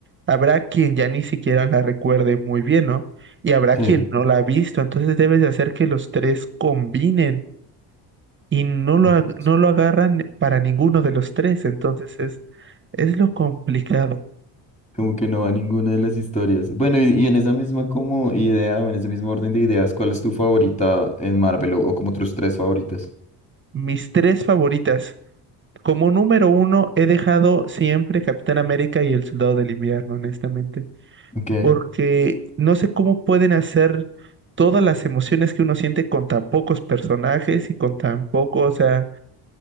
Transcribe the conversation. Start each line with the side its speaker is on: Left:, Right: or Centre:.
Right: Habrá quien ya ni siquiera la recuerde muy bien, ¿no? Y habrá
Left: Sí.
Right: quien no la ha visto, entonces debes de hacer que los tres combinen y no lo,
Left: Entonces,
Right: ag- no lo agarran para ninguno de los tres, entonces es, es lo complicado.
Left: Como que no va ninguna de las historias. Bueno, y, y en esa misma como idea o en ese mismo orden de ideas, ¿cuál es tu favorita en Marvel o, o como tus tres favoritas?
Right: Mis tres favoritas. Como número uno, he dejado siempre Capitán América y el Soldado del Invierno, honestamente.
Left: Ok.
Right: porque no sé cómo pueden hacer todas las emociones que uno siente con tan pocos personajes y con tan poco, o sea,